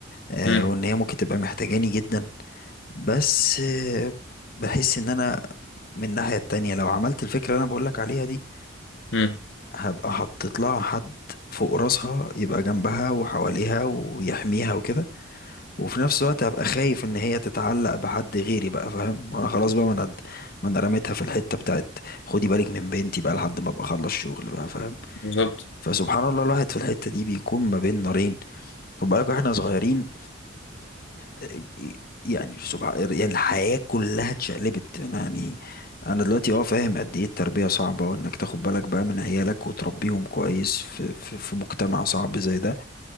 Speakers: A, on the left; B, on the left.
A: آه
B: مم.
A: وان هي ممكن تبقى محتاجاني جدا بس آه بحس ان انا من الناحيه التانية لو عملت الفكره اللي انا بقولك عليها دي
B: مم.
A: هبقى حطيت لها حد فوق راسها يبقى جنبها وحواليها ويحميها وكده وفي نفس الوقت هبقى خايف ان هي تتعلق بحد غيري بقى فاهم انا خلاص بقى ما انا ما انا رميتها في الحته بتاعت خدي بالك من بنتي بقى لحد ما ابقى اخلص شغل بقى فاهم
B: بالظبط
A: فسبحان الله الواحد في الحته دي بيكون ما بين نارين خد بالك واحنا صغيرين آه، يعني سبحان يعني الحياه كلها اتشقلبت انا يعني انا دلوقتي اه فاهم قد ايه التربيه صعبه وانك تاخد بالك بقى من عيالك وتربيهم كويس في في, في مجتمع صعب زي ده